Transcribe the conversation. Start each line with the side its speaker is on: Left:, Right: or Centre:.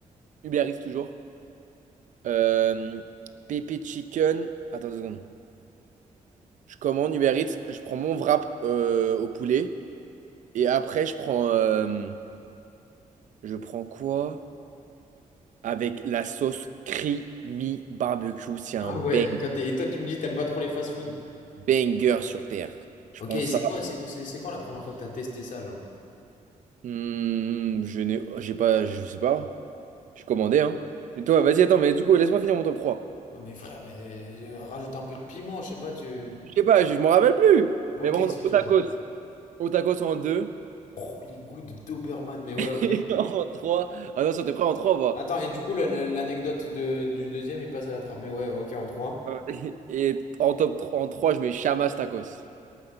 Right: Uber Eats toujours. Euh... Pepe Chicken. Attends deux secondes. Je commande Uber Eats. Je prends mon wrap euh, au poulet. Et après, je prends. euh, Je prends quoi? Avec la sauce creamy barbecue. C'est un
Left: Ah
Right: bang.
Left: ouais, toi, t'es- et toi, tu me dis, t'aimes pas trop les fast-food.
Right: Banger sur Terre. Je
Left: Ok,
Right: prends ça.
Left: c'est quoi, c'est c'est- c'est quand la première fois que t'as testé ça, genre?
Right: Hmm, je n'ai, j'ai pas, je sais pas. Je commandé, hein. Et toi, vas-y, attends, mais du coup, laisse-moi finir mon top 3.
Left: Ouais, mais frère, mais euh, euh, euh, rajoute un peu de piment, je sais pas, tu.
Right: Je sais pas, je, je m'en rappelle plus.
Left: Ok,
Right: Mais bon,
Left: excuse-moi.
Right: au tacos. Au tacos en 2.
Left: Oh, les goûts de Doberman, mais ouais,
Right: <laughs>
Left: ok.
Right: En 3. Attention, t'es prêt en 3, bah.
Left: Attends, et du coup, la- la- l'anecdote de- du deuxième, il passe à la trappe, mais ouais, ok, en trois.
Right: Et et en top 3, en 3, je mets Chamas tacos.